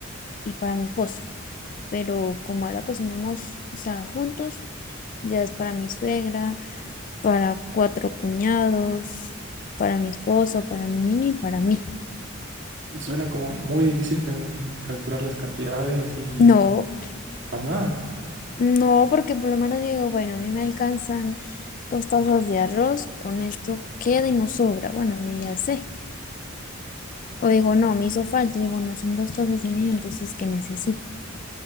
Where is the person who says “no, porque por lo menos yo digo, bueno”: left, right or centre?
Left